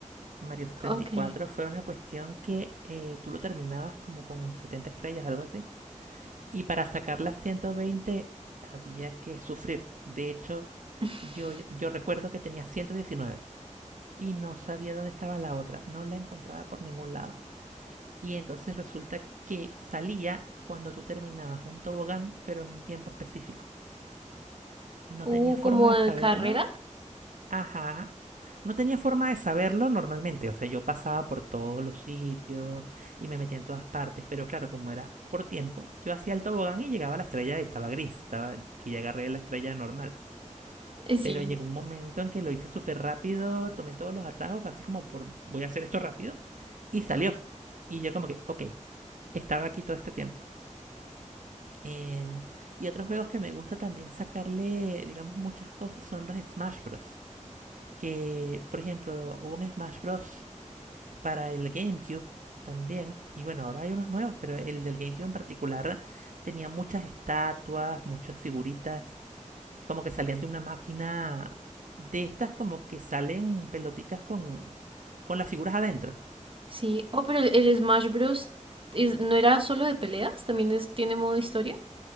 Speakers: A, on the right (about 80°); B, on the right (about 45°).
A: Mario sesenta
B: Ok.
A: y cuatro fue una cuestión que eh, tú lo terminabas como con 70 estrellas, algo así. Y para sacar las 120 había que sufrir. De hecho,
B: <laughs>
A: yo, yo recuerdo que tenía 119 y no sabía dónde estaba la otra. No la encontraba por ningún lado. Y entonces resulta que salía cuando tú terminabas un tobogán, pero en un tiempo específico. No
B: Uh,
A: tenía forma
B: como
A: de
B: de
A: saberlo.
B: carrera.
A: Ajá. No tenía forma de saberlo normalmente. O sea, yo pasaba por todos los sitios y me metía en todas partes. Pero claro, como era por tiempo, yo hacía el tobogán y llegaba a la estrella y estaba gris. Estaba que ya agarré la estrella normal.
B: Eh, Sí,
A: Pero llegó un momento en que lo hice súper rápido, tomé todos los atajos, así como por voy a hacer esto rápido. Y salió. Y yo como que, ok, estaba aquí todo este tiempo. En- Y otros juegos que me gusta también sacarle, digamos, muchas cosas son los Smash Bros. que, por ejemplo, hubo un Smash Bros. para el GameCube también. Y bueno, ahora hay unos nuevos, pero el del GameCube en particular tenía muchas estatuas, muchas figuritas, que como que salían de una máquina de estas como que salen peloticas con, con las figuras adentro.
B: sí. Oh, pero el, el Smash Bros. es- no era solo de peleas, también es, tiene modo historia.